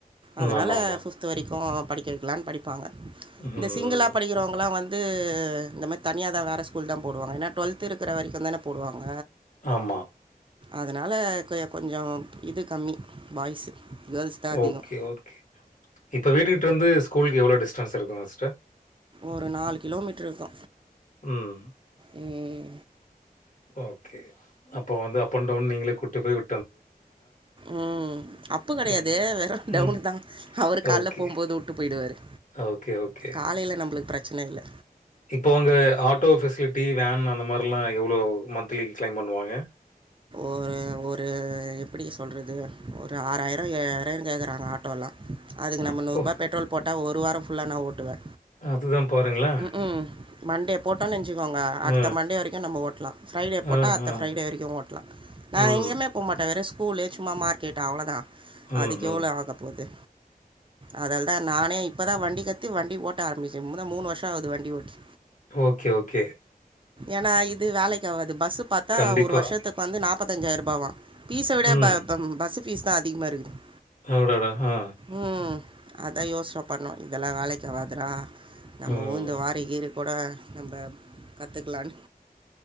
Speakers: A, on the left (about 55°); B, on the right (about 35°).
A: ம்.
B: அதனால
A: ஆமாமா.
B: பிப்த் து வரிக்கூ படிக்க வைக்கலாம்னு படிப்பாங்க
A: ம்.
B: இந்த சிங்கிளா படிக்கிறவங்களா வந்து வந்து இந்த மாரி தனியா தா வேற ஸ்கூல் தா போடுவாங்க ஏன்னா டுவெல்த்து இருக்குற வரைக்கு தான போடுவாங்க
A: ஆமா
B: அதனால கொ கொஞ்ஜோ இது கம்மி பாய்ஸு கேர்ள்ஸ் தான் அதிகம்
A: ஓகே ஓகே இப்போ வீட்டுக்கிட்டருந்து ஸ்கூலுக்கு எவ்ளோ டிஸ்டன்ஸ் இருக்கும்ங்க சிஸ்டர்
B: ஒரு நாலு கிலோமீட்ருக்கு
A: ம்
B: ம்
A: ஓகே அப்போ வந்து அப் அண்ட் டவுன் நீங்களே கூட்டு போய் வி
B: ம் அப்பு கெடையாது
A: ம்.
B: வெறு டவுன்
A: ம்.
B: தா அவரு கால்ல
A: ஓகே.
B: போம்போது உட்டு போயிடுவாரு
A: ஓகே, ஓகே.
B: காலையில நம்மளுக்கு பிரச்சன இல்ல
A: இப்போ அங்க ஆட்டோ ஃபெசிலிட்டி வேன் அந்த மாரிலா எவ்ளோ மந்த்லி க்ளைம் பண்ணுவாங்க
B: ஒரு ஒரு அது எப்டி சொல்றது ஒரு ஆறாயிர ஏழாயிரன் கேக்கறாங்க ஆட்டோலா அதுக்கு நம்ம
A: அப்போ!
B: நூருபா பெட்ரோல் போட்டா ஒரு வாரம் ஃபுல்லா நா ஓட்டுவே
A: அதுதா பாருங்களே
B: ம் மண்டே போட்டோம்னுச்சுக்கோங்க அடுத்த
A: அ,
B: மண்டே வரைக்கு நம்ம ஓட்லா ஃப்ரைடே போட்டா
A: அ,
B: அடுத்த
A: அ.
B: ஃப்ரைடே வரைக்கு ஓட்லா நா
A: ம்,
B: எங்கயமே போமாட்ட வெறு ஸ்கூல்லு சும்மா மார்க்கெட்டு அவ்ளோதா
A: ம்,
B: அதுக்கெவ்வளோ
A: ம்.
B: ஆகப்போது அதல்தா நானே இப்பதா வண்டி கத்தி வண்டி ஓட்ட ஆரம்பிச்சே முத மூணு வருஷ ஆகுது வண்டி ஓட்டி
A: ஓகே, ஓகே.
B: ஏனா இது வேலைக்காவாது பஸ்சு பாத்தா
A: கண்டிப்பா.
B: ஒரு வருஷதுக்கு வந்து நாப்பத்தஞ்சாயிரூபாவா ஃபீஸ விட
A: ம்.
B: ப பஸ்ஸு ஃபீஸ் தா அதிகமா இருக்குது
A: அடடா ஆ
B: ம் அதா யோசன பண்ணோ இதெல்லா வேலைக்காவாதுடா நம்ம
A: ம்.
B: ஊந்து வாரி கீரி கூட நம்ம கத்துக்லான்னு